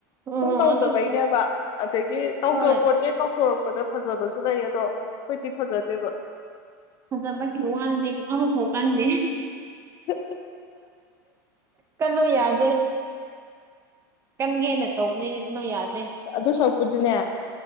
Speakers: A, on the right; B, on the left.
A: ꯑꯣ
B: ꯁꯨꯝ ꯇꯧꯗꯕꯩꯅꯦꯕ
A: ꯑꯗꯨꯕꯨ
B: ꯑꯗꯒꯤ ꯇꯧꯗꯕ
A: ꯍꯣꯏ
B: ꯄꯣꯠꯁꯦ ꯇꯧꯊꯣꯔꯛꯄ ꯄꯄꯗ ꯐꯖꯕꯁꯨ ꯂꯩ ꯑꯗꯣ ꯑꯩꯈꯣꯏꯗꯤꯤ ꯐꯖꯗꯦꯕ
A: ꯐꯖꯕꯒꯤ ꯋꯥꯜꯁꯦ ꯀꯕ ꯐꯣꯛ ꯀꯥꯟꯗꯦ
B: ꯍ
A: ꯀꯜꯂꯨ ꯌꯥꯗꯦ ꯀꯟꯒꯦꯅ ꯇꯧꯕꯅꯤ ꯑꯗꯣ ꯌꯥꯗꯦ
B: ꯑꯗꯨ ꯁꯔꯨꯛꯄꯨꯗꯤꯅꯦ